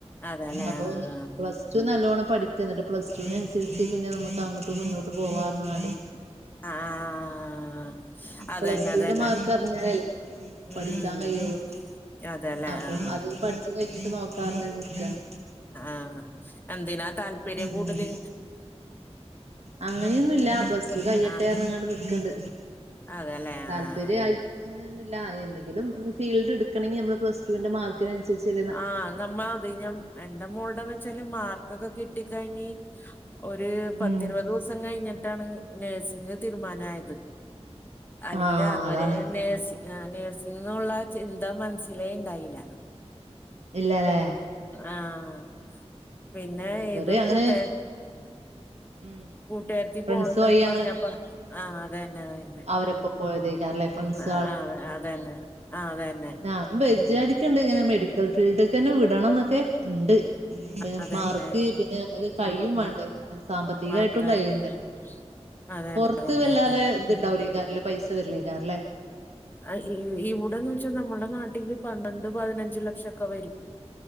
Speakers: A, on the left; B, on the right.
A: അതെല്ലേ
B: അപ്പൊഞ്
A: ആഹ്
B: പ്ലസ് ടു നല്ലോണം പഠിക്ക ന്ന്ട്ട് പ്ലസ് ടുവിനനുസരിച്ച് പിന്നെ നമ്മക്ക ങ്ങോട്ട് മുന്നോട്ട് പോവാന്നാ
A: ആഹ് അതന്നെ
B: പ്ലസ് ടുവിന്റെ
A: അതന്നെ
B: മാർക്ക് അറിഞ്ഞാലല്ലേ
A: ഉം
B: പഠിക്കാൻ
A: ഉം
B: കയ്യൊള്ളു
A: ഉം. അതെല്ലേ
B: അപ്പം
A: ആഹ്
B: അത് പഠിച്ച് കഴിഞ്ഞിട്ട് നോക്കാറഞ്ഞ് നിക്കാണ്
A: ആഹ് എന്തിനാ താല്പര്യം കൂടുതല്
B: മ്മ്ഹ് അങ്ങനെയൊന്നുംല്ല പ്ലസ് ടു കയ്യട്ടേറണ്ണ്ങ്ങാണ്ട്
A: ആഹ്
B: നിക്ക്ണ്ട്
A: അതെല്ലേ
B: താല്പര്യായിട്ട്ങ്ങനൊന്നല്ല
A: ആഹ് അതെ
B: എന്തെങ്കിലും ഫീൽഡ് ഇട്ക്കണങ്ങി നമ്മള് പ്ലസ് ടുവിന്റെ മാർക്ക് തിനന്സരിച്ച്ള്ള
A: ആഹ് നമ്മ അത്ഞമ എന്റെ മോളടെന്ന് വെച്ചാല് മാർക്കൊക്കെ കിട്ടി കഴിഞ്ഞ് ഒര്--പത്തിരുപത്
B: ഉം
A: ദിവസം കഴിഞ്ഞിട്ടാണ് നേഴ്സിംഗ് തീരുമാനായത് അല്ലെങ്കിൽ
B: ആഹ്
A: അതുവരേ
B: അതാണ്
A: നേഴ്സി ആ നേഴ്സിംഗോള്ളെ ചിന്ത മനസ്സിലേണ്ടായില
B: ഇല്ലലേ
A: ആഹ പിന്നെ
B: ആഹ് ഇവര്
A: ഏതൊരു
B: അങ്ങനെ
A: കൂട്ട
B: ഉം
A: കൂട്ടേരത്തി
B: ഫ്രണ്ട്സ്
A: പോണ് ണ്ട്
B: വഴി
A: ന്ന് പറഞ്ഞപ്പ
B: അങ്ങനെ
A: ആഹ് അതന്നെ അതന്നെ
B: അവരൊപ്പം പോയതേക്കാരല്ലേ ഫ്രണ്ട്സ്
A: ഉം അ ആ അതന്നെ ആ അതന്നെ.
B: ആനും വിചാരിക്ക്ണ്ട് ങ്ങനെ മെഡിക്കൽ ഫീൽഡിൽക്കന്നെ വിടണംന്നൊക്കെ ഇണ്ട് പിന്നെ
A: അതന്നെ
B: മാർക്ക് പിന്നെ ഞമ്മക്ക് കഴിയും വാണ്ടേ സാമ്പത്തികായിട്ടും
A: അതെ
B: കഴ്യണ്ടേ?
A: <unintelligible>
B: പൊറത്ത്
A: അതന്നെ
B: വല്ലാതേ ഇത്ണ്ടാവൂലേക്കാരല്ലേ? പൈസ വര്ല്ലേക്കാരല്ലേ?
A: ആ ഇ ഇ ഇവിടെന്ന് വെച്ചാ നമ്മള്ടെ നാട്ടില് പന്ത്രണ്ട് പതിനഞ്ച് ലക്ഷക്കെ വരും.